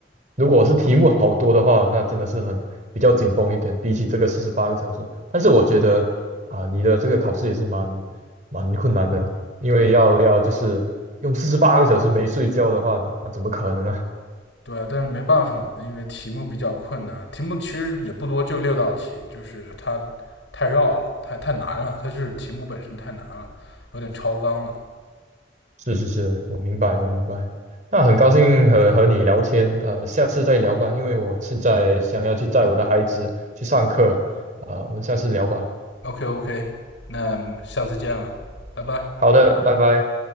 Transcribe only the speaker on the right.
如果是题目好多的话，那真的是很比较紧绷一点，比起这个四十八个小时。但是我觉得啊、你的这个考试也是蛮蛮困难的，因为要要就是用四十八个小时没睡觉的话，
那、怎么可能呢、
是是是，我明白，我明白。那很高兴和和你聊天，呃，下次再聊吧，因为我现在想要去载我的孩子去上课，啊、我们下次聊吧。
好的，拜拜。